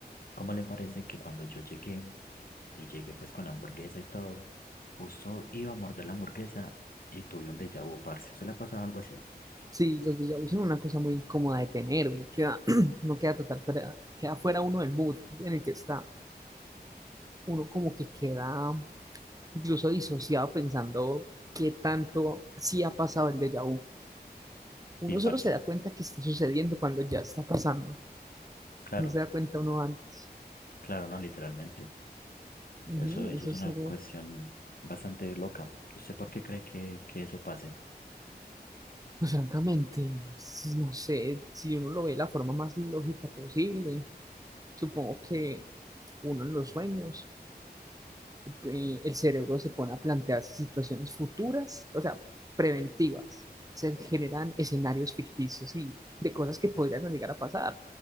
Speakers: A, on the left; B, on the right.
A: ¿cómo le parece que cuando yo llegué, y llegué pues con la hamburguesa y todo. Justo iba a morder la hamburguesa y tuve un déjà vu, parce. ¿Se le ha pasado algo así?
B: Sí, los déjà vus son una cosa muy incómoda de tener, uno queda, <clears throat> uno queda total fuera, queda fuera uno del mood en el que está, uno como que queda incluso disociado pensando qué tanto sí ha pasado el déjà vu. Uno
A: Sí, parce.
B: solo se da cuenta que está sucediendo cuando ya está pasando,
A: Claro,
B: no se da cuenta uno antes.
A: claro, no, literalmente.
B: Ujú,
A: Eso, eso
B: y eso
A: es una
B: es algo,
A: cuestión bastante loca. ¿Usted por qué cree que, que eso pase?
B: pues francamente, es- no sé, si uno lo ve de la forma más lógica posible, supongo que uno en los sueños. eh, el cerebro se pone a plantearse situaciones futuras, o sea, preventivas. Se generan escenarios ficticios y de cosas que podrían no llegar a pasar.